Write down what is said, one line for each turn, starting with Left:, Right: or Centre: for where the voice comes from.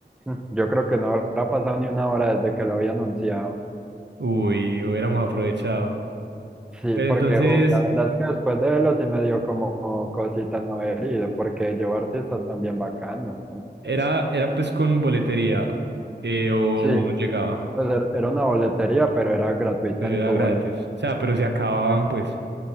Centre: <laughs> yo creo que no habrá pasado ni una hora desde que lo había anunciado.
Right: Uy, hubiéramos aprovechado.
Centre: Sí,
Right: Pero
Centre: porque
Right: entonces,
Centre: uf, la verdad es que después de verlo sí me dio como cosita no haber ido, porque llevo artistas también bacanos.
Right: era, era pues con boletería, eh, o
Centre: Sí,
Right: uno llegaba,
Centre: pues era era una boletería, pero era gratuita
Right: pero
Centre: en
Right: era
Centre: tu
Right: gratis.
Centre: boleto,
Right: O sea, pero se acababan pues.